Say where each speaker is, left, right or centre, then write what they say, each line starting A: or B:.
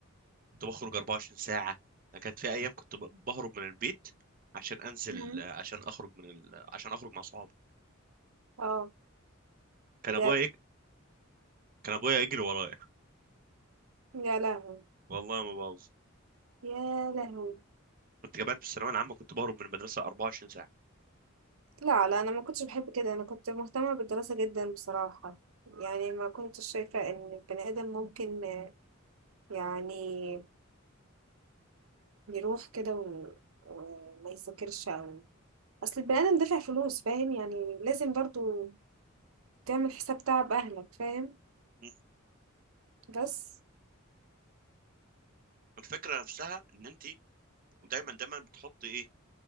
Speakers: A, on the right; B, on the right.
A: كنت بخرج 24 ساعه أنا كانت في ايام كنت ب- بهرب من البيت عشان انزل
B: مم.
A: عشان اخرج من ال... عشان اخرج مع صحابي
B: اه
A: كان
B: بجد
A: ابويا يج... كان ابويا يجري ورايا
B: يا لهوي
A: والله ما بهزر
B: يا لهوي
A: كنت كمان في الثانويه العامه كنت بهرب من المدرسه 24 ساعه
B: لا لا أنا ما كنتش بحب كده أنا كنت مهتمة بالدراسة جدا بصراحة يعني ما كنتش شايفة إن البني آدم ممكن يعني يروح كده و... وما يذاكرش أو أصل البني آدم دافع فلوس فاهم يعني لازم برضو تعمل حساب تعب أهلك فاهم
A: م.
B: بس
A: الفكره نفسها ان انت دايما دايما بتحطي ايه